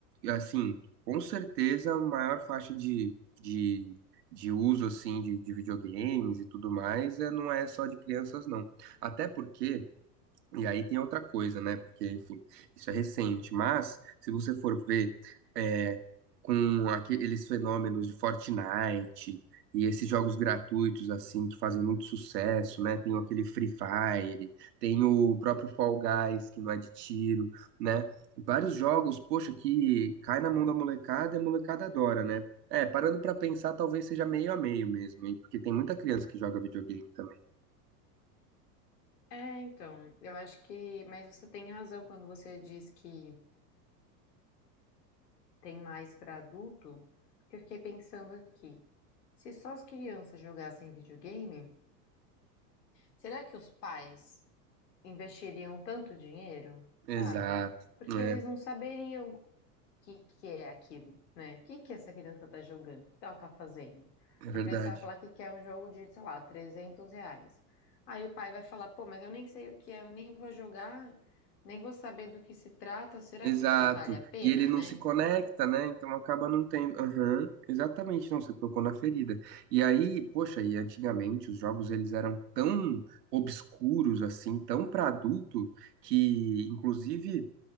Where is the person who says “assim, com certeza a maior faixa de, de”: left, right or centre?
Right